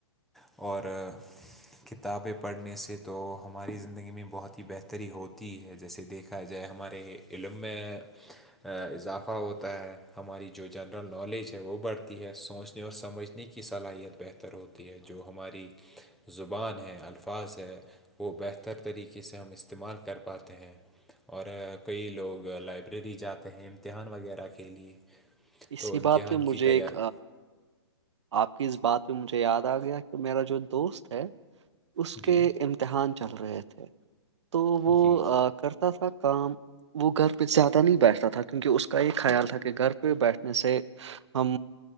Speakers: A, in the centre; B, on the right.
A: اور کتابیں پڑھنے سے تو ہماری زندگی میں بہت ہی بہتری ہوتی ہے جیسے دیکھ جائے ہمارے علم میں اضافہ ہوتا ہے ہماری جو جنرل نالج ہے وہ بڑھتی ہے سوچنے اور سمجھ نے کی صلاحیت بہتر ہوتی ہے جو ہماری زبان ہے الفاظ ہے وہ بہتر طریقے سے ہم استعمال کر پاتے ہیں اور کئی لوگ لائبریری جاتے ہیں امتحان وغیرہ کے لیے
B: اسی
A: تو امتحان
B: بات پہ مجھے
A: کی تیار
B: ایک آپ کی اس بات پہ مجھے یاد آ گیا کہ میرا جو دوست ہے اس
A: جی
B: کے امتحان چل رہے تھے تو وہ
A: جی جی
B: کرتا تھا کام وہ گھر پہ زیادہ نہیں بیٹھتا تھا کیونکہ اس کا یہ خیال تھا کہ گھر پہ بیٹھنے سے ہم